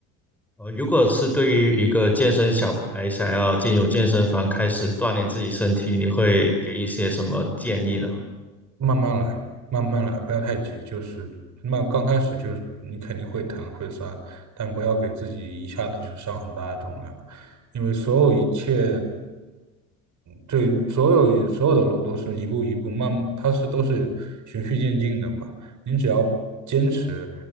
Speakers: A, in the centre; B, on the right.
A: 呃，如果是对于一个健身小白想要进入健身房开始锻炼自己身体，你会给一些什么建议呢？
B: 慢慢来，慢慢来，不要太急，就是慢，刚开始就是你肯定会疼会酸，但不要给自己一下子就上很大的重量，因为所有一切。对，所有所有的路都是一步一步慢，它是都是循序渐进的嘛。你只要坚持，